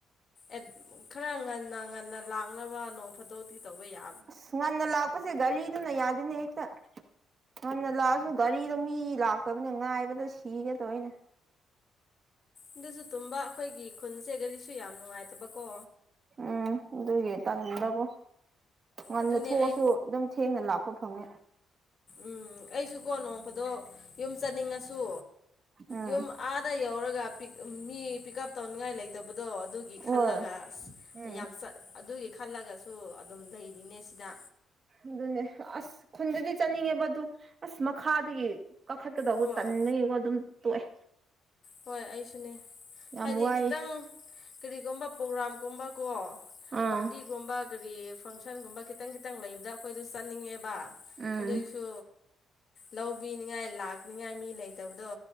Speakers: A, on the left (about 50°); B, on the right (about 45°).
A: ꯑꯦꯇ ꯈꯔ ꯉꯟꯅ ꯉꯟꯅ ꯂꯥꯛꯅꯕ ꯅꯣꯡ ꯐꯥꯗꯣꯛꯇꯤ ꯇꯧꯕ ꯌꯥ
B: ꯑꯁ ꯉꯟꯅ ꯂꯥꯛꯄꯁꯦ ꯒꯥꯔꯤꯗꯨꯅ ꯌꯥꯗꯦꯅꯦ ꯍꯦꯛꯇ ꯉꯟꯅ ꯂꯥꯛꯑꯁꯨ ꯒꯥꯔꯤꯗꯣ ꯃꯤ ꯂꯥꯛꯇꯕꯅꯤ ꯉꯥꯏꯕꯗ ꯁꯤꯒꯦ ꯇꯧꯋꯦꯅꯦ
A: ꯑꯗꯨꯁꯨ ꯇꯨꯝꯕ ꯑꯩꯈꯣꯏꯒꯤ ꯈꯨꯟꯁꯦꯒꯔꯤꯁꯨ ꯌꯥꯝ ꯅꯨꯡꯉꯥꯏꯇꯕꯀꯣ
B: ꯎꯝ ꯑꯗꯨꯒꯤ ꯇꯟꯗꯀꯣ ꯉꯟꯅ
A: ꯑꯗꯨꯅꯦ
B: ꯊꯣꯛꯑꯁꯨ
A: ꯑꯩ
B: ꯑꯗꯨꯝ ꯊꯦꯡꯅ ꯂꯥꯛꯄ ꯎꯄ ꯐꯪꯉꯦ
A: ꯎꯝ ꯑꯩꯁꯨꯀꯣ ꯅꯣꯡ ꯐꯗꯣꯛ ꯌꯨꯝ ꯆꯠꯅꯤꯡꯉꯁꯨ
B: ꯎꯝ
A: ꯌꯨꯝ ꯑꯥꯗ ꯌꯧꯔꯒ ꯃꯤ ꯄꯤꯛ ꯎꯞ ꯇꯧꯅꯤꯡꯉꯥꯏ ꯂꯩꯇꯕꯗꯣ ꯑꯗꯨꯒꯤ
B: ꯍꯣꯏ
A: ꯈꯜꯂꯒ ꯑꯁ
B: ꯎꯝ
A: ꯌꯥꯝ ꯆ ꯑꯗꯨꯒꯤ ꯈꯜꯂꯒꯁꯨ ꯑꯗꯨꯝ ꯂꯩꯔꯤꯅꯦ ꯁꯤꯗ
B: ꯑꯗꯨꯅꯦ ꯑꯁ ꯈꯨꯟꯗꯗꯤ ꯆꯠꯅꯤꯡꯉꯦꯕ ꯑꯗꯨ ꯑꯁ ꯃꯈꯥꯗꯒꯤ ꯀꯥꯈꯠꯀꯗꯧꯕ
A: ꯍꯣꯏ
B: ꯇꯟꯕ ꯒꯤ ꯀꯣ ꯑꯗꯨꯝ ꯇꯣꯛꯑꯦ
A: ꯍꯣꯏ ꯑꯩꯁꯨꯅꯦ
B: ꯌꯥꯝ
A: ꯍꯥꯏꯗꯤ
B: ꯋꯥꯏꯑꯦ
A: ꯈꯤꯇꯪ ꯀꯔꯤꯒꯨꯝꯕ ꯄ꯭ꯔꯣꯒ꯭ꯔꯥꯝꯒꯨꯝꯕꯀꯣ
B: ꯑꯥ
A: ꯄꯔꯇꯤꯒꯨꯝꯕ ꯀꯔꯤ ꯐꯪꯁꯟꯒꯨꯝꯕ ꯈꯤꯇꯪ ꯈꯤꯇꯪ ꯂꯩꯕꯗ ꯑꯩꯈꯣꯏꯗꯁꯨ ꯆꯠꯅꯤꯡꯉꯦꯕ
B: ꯎꯝ
A: ꯑꯗꯨꯏꯁꯨ ꯂꯧꯕꯤꯅꯤꯉꯥꯏ ꯂꯥꯛꯅꯤꯉꯥꯏ ꯃꯤ ꯂꯩꯇꯕꯗꯣ